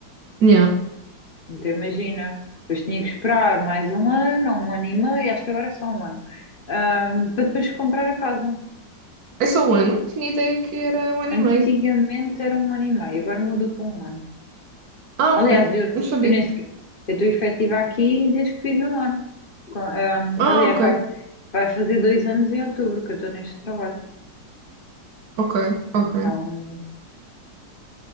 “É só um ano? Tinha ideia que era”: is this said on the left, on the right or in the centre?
Right